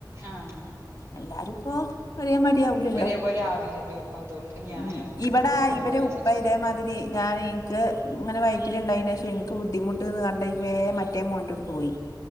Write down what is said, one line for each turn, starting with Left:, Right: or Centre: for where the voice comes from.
Right: ആഹ്.
Left: എല്ലാരും ഇപ്പോ. ഒരേ മാരി ആവുലല്ലോ
Right: ഒരേപോലെ ആവില്ലല്ലോ അപ്പൊ അതുകൊണ്ട് ഞാനും
Left: ഉം ഇവിടെ
Right: വേണ്ട
Left: ഇവരെ
Right: വെച്ചിട്ട്
Left: ഉപ്പ ഇതേമാതിരി. ഞാൻ എനിക്ക് ഇങ്ങനെ വയറ്റില് ഇണ്ടായിന ശേഷം എനിക്ക് ബുദ്ധിമുട്ട്ന്ന് കണ്ടക്ക് വേമറ്റേ മോനോട്ട്ക്ക് പോയി.